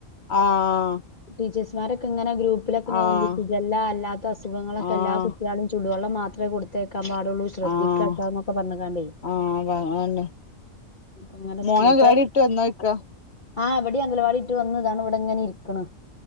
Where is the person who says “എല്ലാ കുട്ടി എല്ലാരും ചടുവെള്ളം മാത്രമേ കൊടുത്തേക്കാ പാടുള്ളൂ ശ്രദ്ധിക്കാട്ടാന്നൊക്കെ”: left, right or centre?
Left